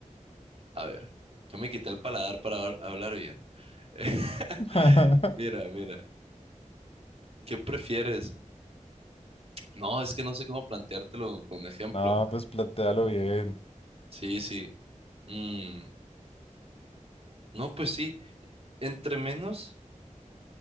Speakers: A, on the right; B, on the left.
A: a ver, yo me quité el paladar para hab- hablar bien. <laughs>
B: <laughs>
A: Mira, mira, ¿qué prefieres? No, es que no sé cómo planteártelo con ejemplo.
B: No, pues plantéalo bien.
A: Sí, sí. Mm, no, pues sí, entre menos,